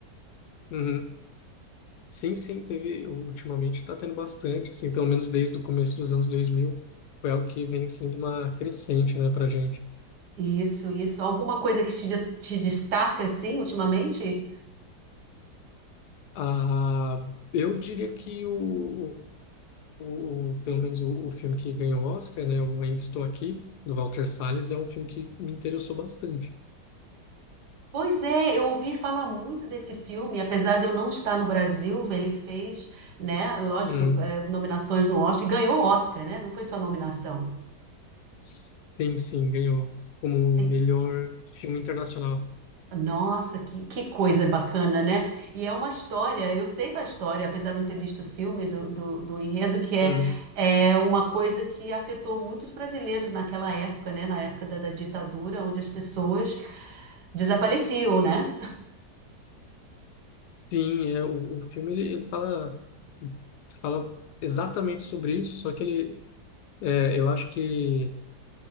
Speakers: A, on the left (about 75°); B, on the right (about 75°).
A: uhum. Sim, sim, teve, ultimamente tá tendo bastante, assim, pelo menos desde o começo dos anos 2000, foi algo que vem sendo uma crescente, né, pra gente.
B: Isso, isso. Alguma coisa que te, te destaca, assim, ultimamente?
A: Ah, eu diria que o, o, o- pelo menos o, o filme que ganhou o Oscar, né, o Ainda Estou Aqui, do Walter Salles, é um filme que me interessou bastante.
B: Pois é, eu ouvi falar muito desse filme, apesar de eu não estar no Brasil, ele fez, né, lógico,
A: Uhum.
B: eh, nominações no Oscar, e ganhou o Oscar, né? Não foi só nominação.
A: Sim, sim, ganhou como
B: E-
A: melhor filme internacional.
B: Nossa, que, que coisa bacana, né? E é uma história, eu sei da história, apesar de não ter visto o filme do, do, do enredo, que é,
A: Uhum.
B: é uma coisa que afetou muitos brasileiros naquela época, né? Na época da, da ditadura, onde as pessoas desapareciam, né?
A: Sim, é, o, o filme ele, ele fala, fala exatamente sobre isso, só que ele, é, eu acho que